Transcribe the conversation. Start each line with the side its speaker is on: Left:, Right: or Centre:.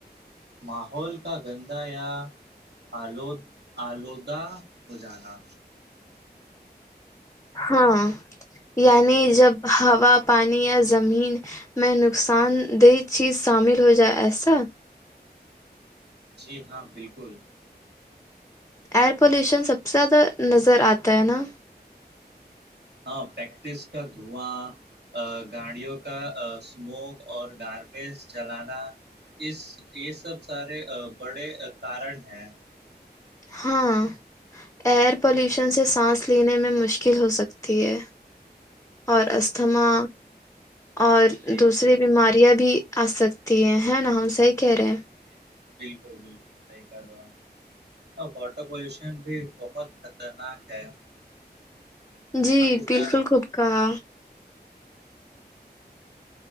Right: ماحول کا گندہ یا آلود آلودہ ہو جانا
Left: ہاں یعنی جب ہوا پانی یا زمین میں نقصان دہ چیز شامل ہو جائے ایسا
Right: جی ہاں بالکل
Left: ایئر پولیوشن سب سے زیادہ نظر آتا ہے نا
Right: ہاں فریکٹس کا دھواں ا گاڑیوں کا ا اسموک اور گاربیج جلانا اس یہ سب سارے بڑے کارن ہیں
Left: ہاں ایئر پلیوشن سے سانس لینے میں مشکل ہو سکتی ہے اور استھما اور
Right: جی
Left: دوسری
Right: جی
Left: بیماری بھی ابھی آ سکتی ہے ہے نا ہم صحیح کہہ رہے ہیں
Right: جی بالکل بالکل صحیح کہہ رہے ہو آپ اور واٹر پولیوشن بھی بہت خطرناک ہے
Left: جی
Right: آپ کو
Left: بالکل
Right: کیا لگتا
Left: خوب
Right: ہے
Left: کہا